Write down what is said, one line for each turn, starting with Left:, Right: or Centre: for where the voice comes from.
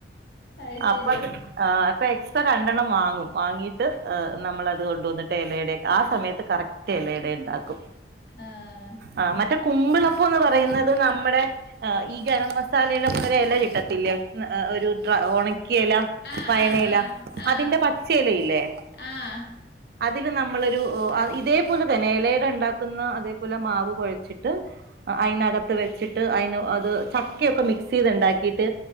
Left: അത് ശരി
Right: അപ്പത് ആഹ് അപ്പ എക്സ്ട്രാ രണ്ടെണ്ണം വാങ്ങും വാങ്ങിട്ട് നമ്മളത് കൊണ്ടുവ വന്നിട്ട് ഇലയുടെ ആ സമയത്ത് കറക്റ്റ് എലടെ ഇണ്ടാക്കും
Left: ആഹ്
Right: ആ മറ്റേ കുമ്പിളപ്പൊ എന്ന് പറയുന്നത് നമ്മടെ ആഹ് ഈ ഗരം മസാലയിലൊക്കെ ഒരെല കിട്ടത്തില്ലേ ഒരു ഡ്ര ഒണക്കിയ എല
Left: ആഹ്
Right: വയനയില
Left: ആഹ് ആഹ്
Right: അതിന്റെ പച്ചയെല ഇല്ലേ
Left: ആഹ് ആഹ്
Right: അതില് നമ്മളൊരു ഇതേപോലെ എലയടണ്ടാക്കുന്ന അതേപോലെ മാവ് കുഴച്ചിട്ട് അയിനകത്ത് വെച്ചിട്ട് അയിന് അത് ചക്കയൊക്കെ മിക്സ് ചെയ്ത്ണ്ടാക്കിട്ട്